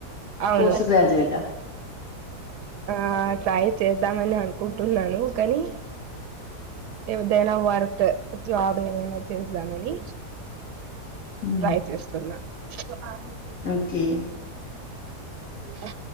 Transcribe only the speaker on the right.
అవును
ఆ ట్రై చేద్దామని అనుకుంటున్నాను కానీ ఏదైనా వర్క్ జాబ్ ఏమైనా చేద్దామని
ట్రై చేస్తున్నా ఆది
అ